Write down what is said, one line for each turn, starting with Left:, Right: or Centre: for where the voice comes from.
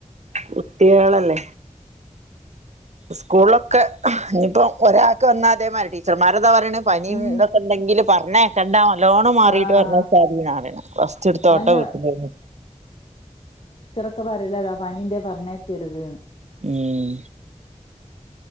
Right: കുട്ടികളല്ലേ സ്കൂളൊക്കെ ഇനിയിപ്പോ ഒരാൾക്ക് ഒന്നാതിമടി ടീച്ചർമാരട് എന്താപറയണേ പനീംന്തൊക്കെണ്ടങ്കില്
Left: ഉം
Right: പറഞ്ഞേ കെണ്ടാ ഒ ലോണ് മാറിട്ട്
Left: ആഹ്
Right: പറഞ്ഞ സാധീ നാണ് റെസ്റ്റ് എടുത്തോട്ട്
Left: അയെന്നെ
Right: വീട്ടി-
Left: ഒക്കെ പരല്ലതാ പനീന്റെ പറഞ്ഞേക്കരുത് ന്ന്
Right: ഉം